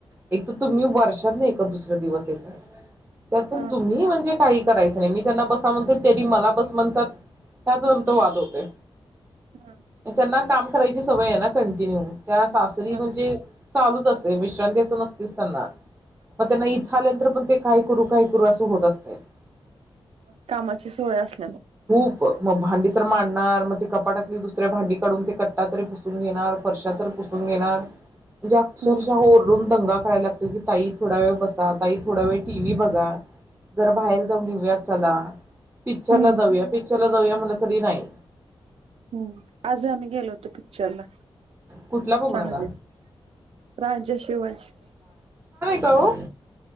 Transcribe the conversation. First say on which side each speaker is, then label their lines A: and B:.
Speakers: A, on the right; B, on the right.
A: एक तर तुम्ही वर्षात ना एखाद दुसरा दिवस येता त्यात पण
B: हा
A: तुम्ही म्हणजे काही करायचं नाही मी त्यांना बसा म्हणते त्यांनी मला बस म्हणतात त्यात आमचा
B: हम्म
A: वाद होतय
B: हम्म
A: त्यांना काम करायची सवय आहे ना कंटिन्यू त्या सासरी
B: चालेल
A: म्हणजे चालूच अस ते विश <inaudible> नसतीस त्यांना मग
B: हम्म
A: त्यांना इथं आल्यानंतर पण ते काय करू? काय करू? असं होत असत. <unintelligible>
B: कामाची सवय असल
A: खूप.. म भांडी तर मांडणार मग ते कपाटातली दुसऱ्या भांडी काढून ते कट्टा तरी पुसून घेणार फरश्या तर पुसून घेणार म्हणजे अक्षरशः
B: हम्म
A: ओरडून दम करायला लागतो की ताई थोडा वेळ बसा ताई थोडा वेळ टी व्ही बघा जर बाहेर जाऊन येेऊया चला पिक्चर
B: हम्म
A: ला जाऊया पिक्चरला जाऊया या म्हणल तरी नाही
B: हम्म आज आम्ही गेलो होतो पिक्चरला
A: कुठला बघणारा
B: सांगलीत राजा शिवाजी
A: तळू